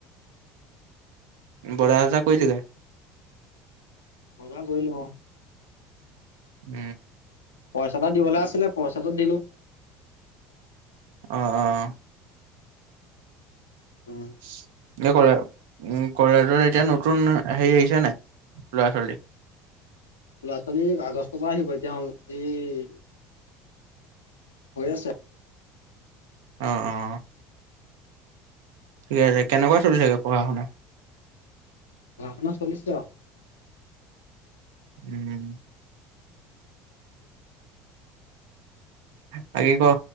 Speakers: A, on the right; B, on the left.
A: ব় হজা কৈলিকে
B: বজা গলো
A: উম
B: পইচাটা দিবলৈ আছিলে পইচাটো দিলো
A: আহ আহ
B: উম
A: <inaudible> যে কলে উ কলেজত এতিয়া নতুন হেৰি আহিছে নাই ল'ৰা ছোৱালী
B: ল'ৰা ছোৱালী আগষ্টৰ পৰা আহিব এতিয়া এই হৈ আছে
A: আহ অ ঠিক আছে কেনেকুৱা চলি থাকে পঢ়া শুনা
B: ঘষনা চলিছে
A: উম বাকি ক